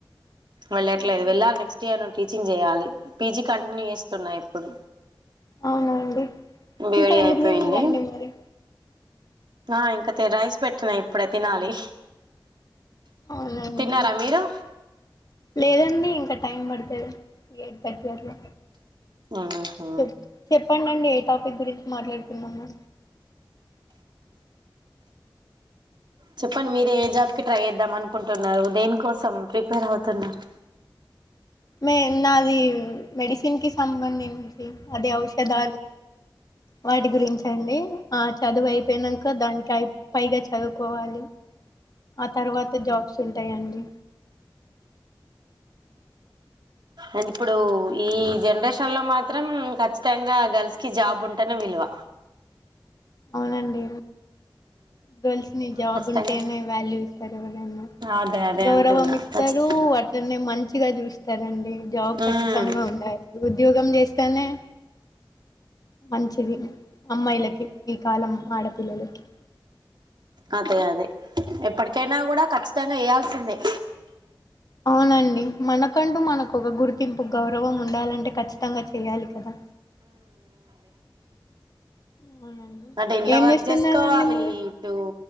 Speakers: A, on the right; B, on the left.
A: వెళ్ళట్లేదు
B: అవునా
A: వెళ్ళాలి నెక్స్ట్ ఇయర్ నుండి టీచింగ్ చేయ్యాలి పీజీ కంటిన్యూ చేస్తున్నా ఇప్పుడు
B: అవునా అండి
A: బీఈడీ
B: ఇంకా ఎందుకు
A: అయిపోయింది
B: తిన్లేదండి మరి
A: ఆ ఇంకా తే రైస్ పెట్టినా ఇప్పుడే తినాలి
B: అవునండి
A: తిన్నారా మీరు
B: లేదండి ఇంకా టైం పడుతది ఎయిట్ థర్టీ అట్ల
A: ఆహా
B: చె చెప్పడిండి ఎ టాపిక్ గురించి మాట్లాడుకుందామా
A: చెప్పండి మీరే ఏ జాబ్కిి ట్రై చేద్దాం అనుకుంటున్నారు దేని కోసం ప్రిపేర్ అవుతున్నారు
B: మే నాది మెడిసిన్ కి సంబంధిం అదే ఔషధాలు వాటి గురించి అండి ఆ చదువు అయిపోయినంక దాని పై పైగా చదువుకోవాలి ఆ తర్వాత జాబ్స్ ఉంటాయండి
A: అది ఇప్పుడు ఈ జనరేషన్ లో మాత్రం ఖచ్చితంగా గర్ల్స్ కి జాబ్ ఉంటేనే విలువ
B: అవునండి గర్ల్స్ ని జాబ్
A: ఖచ్చితంగా
B: ఉంటేనే వాల్యూ ఇస్తారు ఎవరైనా
A: అదే అదే
B: గౌరవం
A: అంటున్నా
B: ఇస్తారు
A: ఖచ్చి
B: ఆట్లనే మంచిగా చూస్తారండి జాబ్
A: మ్మ్
B: ఖచ్చితంగా ఉండాలి ఉద్యోగం చేస్త తెనే మంచిది అమ్మాయిలకి ఈ కాలం ఆడపు పిల్లలకి
A: అదే అది ఎప్పటికైనా కూడా కఖచ్చితంగా చేయాల్సిందే
B: అవునండి మనకు అంటూ మనకు ఒక గుర్తింపు గౌరవం ఉండాలంటే ఖచ్చితంగా చేయాలి కదా అవునండి
A: అటు ఇంట్లో
B: ఏం
A: వర్క్
B: చేస్తున్నారండి
A: చేసుకోవాలి
B: మరి
A: ఇటు